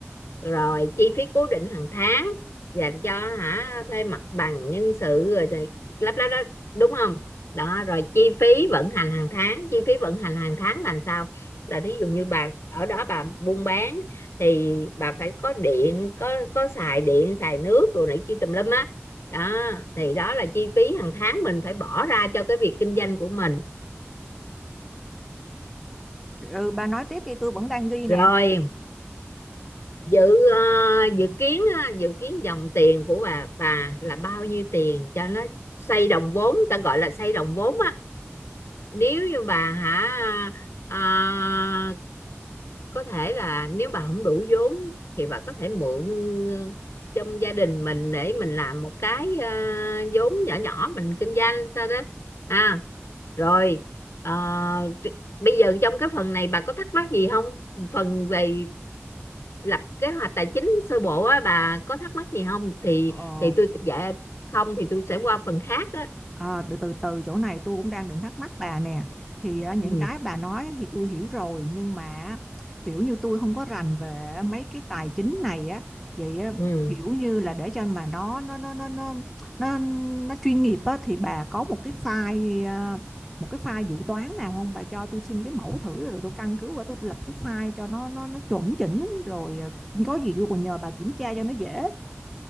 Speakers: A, on the left; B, in the centre.
A: Rồi chi phí cố định hàng tháng dành cho hả thuê mặt bằng nhân sự rồi này, lắp lắp đó đúng không? Đó rồi chi phí vận hành hàng tháng, chi phí vận hành hàng tháng là sao? Là thí dụ như bà ở đó bà buôn bán thì bà phải có điện có có xài điện xài nước rồi này kia tùm lum á đó Đó thì đó là chi phí hàng tháng mình phải bỏ ra cho cái việc kinh doanh của mình
B: Ừ, bà nói tiếp đi, tôi vẫn đang ghi nè.
A: rồi dự ờ, dự kiến ờ, dự kiến dòng tiền của bà bà là bao nhiêu tiền cho nó xoay đồng vốn ta gọi là xoay đồng vốn á nếu như bà hả à, có thể là nếu bà không đủ vốn thì bà có thể mượn ờ, trong gia đình mình để mình làm một cái ờ, vốn nhỏ nhỏ mình kinh doanh sao đó à rồi ờ, bây giờ trong cái phần này bà có thắc mắc gì không phần về lập kế hoạch tài chính sơ bộ á bà có thắc mắc gì không thì
B: Ờ,
A: thì tôi dạ không thì tôi sẽ qua phần khác á
B: À, từ từ từ chỗ này tôi cũng đang định thắc mắc bà nè thì à, những
A: ừ.
B: cái bà nói thì tôi hiểu rồi nhưng mà kiểu như tôi không có rành về mấy cái tài chính này á vậy à,
A: ừ.
B: kiểu như là để cho mà nó nó nó nó nó nó, nó chuyên nghiệp á thì bà có một cái file à, một cái file dự toán nào không bà cho tôi xin cái mẫu thử rồi tôi căn cứ qua tôi, tôi lập cái file cho nó nó nó chuẩn chỉnh rồi à, có gì tôi còn nhờ bà kiểm tra cho nó dễ